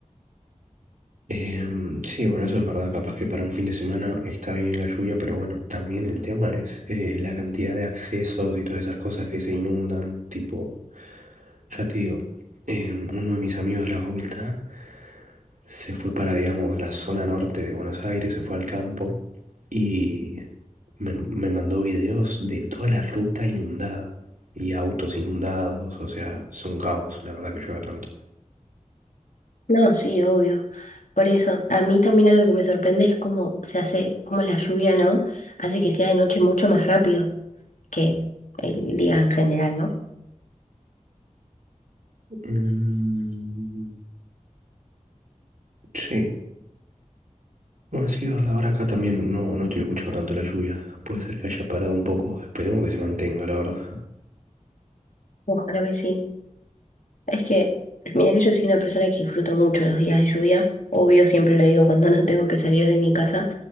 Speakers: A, on the right; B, on the left.
A: Em, sí, bueno, eso es verdad. Capaz que para un fin de semana está bien la lluvia, pero bueno, también el tema es eh, la cantidad de accesos y todas esas cosas que se inundan. Tipo, ya te digo, em, uno de mis amigos de la facultad se fue para, digamos, la zona norte de Buenos Aires, se fue al campo y me, me mandó videos de toda la ruta inundada y autos inundados. O sea, es un caos, la verdad que llueva tanto.
B: No, sí, obvio. Por eso, a mí también algo que me sorprende es cómo se hace, cómo la lluvia, ¿no? Hace que sea de noche mucho más rápido que el día en general, ¿no?
A: Mm, Sí, Bueno, sí, es verdad, ahora acá también no, no estoy escuchando tanto la lluvia. Puede ser que haya parado un poco. Esperemos que se mantenga, la verdad.
B: Ojalá que sí. Es que, mira que yo soy una persona que disfruto mucho los días de lluvia. Obvio, siempre lo digo cuando <laughs> no tengo que salir de mi casa,